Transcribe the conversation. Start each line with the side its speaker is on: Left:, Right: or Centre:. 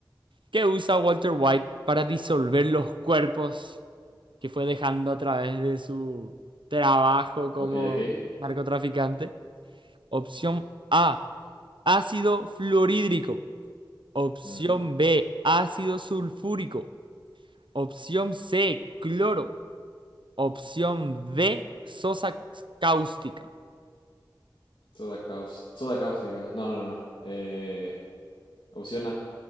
Right: ¿Qué usa Walter White para disolver los cuerpos que fue dejando a través de su trabajo como
Left: Ok, ok.
Right: narcotraficante? Opción A, ácido fluorhídrico. Opción
Left: ujú.
Right: B, ácido sulfúrico. Opción C, cloro. Opción D, sosa cáustica.
Left: Soda caus- soda cáustica. No, no, no. no. Eh, opción A.